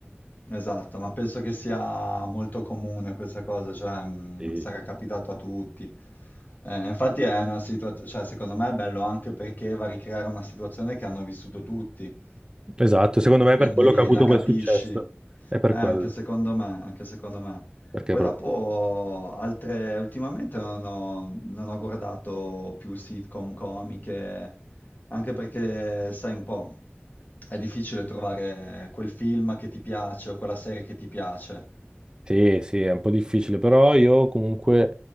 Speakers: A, on the left (about 45°); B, on the right (about 20°).
A: Esatto, ma penso che sia molto comune questa cosa, cioè mh,
B: Sì.
A: sarà capitato a tutti. Eh, infatti è una situazione, cioè secondo me è bello anche perché va a ricreare una situazione che hanno vissuto tutti.
B: Esatto, secondo me
A: Quindi
B: è per quello che ha avuto
A: la capisci.
B: quel successo.
A: Eh,
B: È per quello.
A: anche secondo me, anche secondo me.
B: Perché
A: Poi
B: proprio...
A: dopo altre, ultimamente non ho, non ho guardato più sitcom comiche, anche perché, sai un po', è difficile trovare quel film che ti piace o quella serie che ti piace.
B: Sì, sì, è un po' difficile, però io comunque